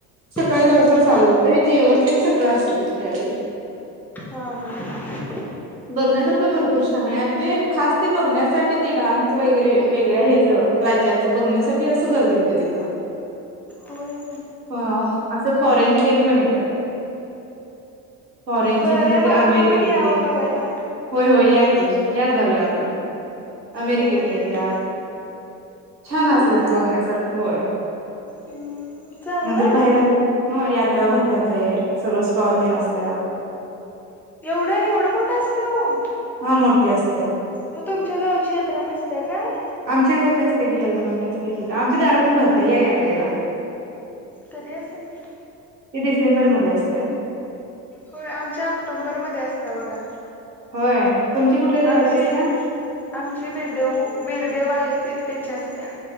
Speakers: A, on the right; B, in the centre.
A: सकाळी
B: हा
A: लवकर चालू होतय जेवण तेन सगळं असतय तिथ त्या वेळी.
B: हा हा ह.
A: बघण्यासारखं भरपूर छान आहे. आणि ते खास ते बघण्यासाठी ते डान्स वगैरे वेगळ्या हेच राज्याच बघण्यासाठी अस गर्दी होते तित.
B: होय
A: ह असं फॉरेनची तेन पण येत्यात. फॉरेन
B: बरे
A: ची नंतर
B: मग
A: ते
B: आम्ही
A: अमेरिकेतली.
B: पण यावं बघायला
A: होय होय याकी या जाऊया आपण. अमेरिकेतले
B: चला येतो
A: येत्यात, छान
B: होय
A: असतय तिथे बघण्यासारखं होय.
B: हम्म चांगलंय
A: नंतर बाहेर
B: मग
A: हो यात. जत्रा भरत्या बाहेर सगळ स्टॉल तेन असतात.
B: एवढं एवढं मोठं असतय हो.
A: हा मोठी असत्या.
B: मग तुमच्या गावची यात्रा नसते काय?
A: आमच्या गावच्या असत्या की यल्लमाची असत्या की आमच्या दारातच भरते या यात्रेला.
B: कधी असते ती
A: ती डिसेंबर मध्ये असत्या.
B: होय आमच्या ऑक्टोंबरमध्ये असत्या बघा.
A: होय. तुमची कुठल्या देवाची
B: आमची
A: असत्या
B: आमची बीरदेव बीरदेव आहे त्याच्या असत्या.